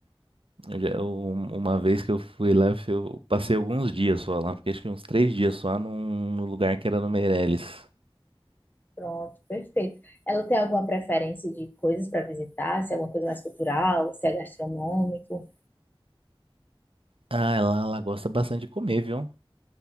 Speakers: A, on the right; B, on the left.
A: Eu já- eu- uma vez que eu fui lá, eu, fui- eu passei alguns dias só lá. Fiquei acho que uns três dias só num, num lugar que era no Meireles.
B: Pronto, perfeito. Ela tem alguma preferência de coisas para visitar? Se é alguma coisa mais cultural, se é gastronômico?
A: Ah, lá ela gosta bastante de comer, viu?